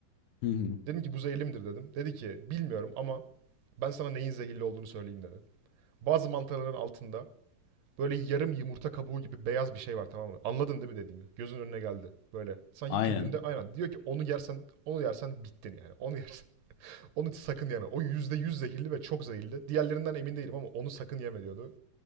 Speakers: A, on the left; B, on the right.
A: hı. hı.
B: Dedim ki bu zehirli midir dedim. Dedi ki bilmiyorum ama ben sana neyin zehirli olduğunu söyleyeyim dedi. Bazı mantarların altında Böyle yarım yumurta kabuğu gibi beyaz bir şey var tamam mı? Anladın değil mi dediğimi? Gözün önüne geldi. Böyle. Sanki
A: Aynen.
B: kökünde aynen. Diyor ki onu yersen, onu yersen bittin yani. Onu yersen. <laughs> Onu sakın yeme. O %100 zehirli ve çok zehirli. Diğerlerinden emin değilim ama onu sakın yeme diyordu.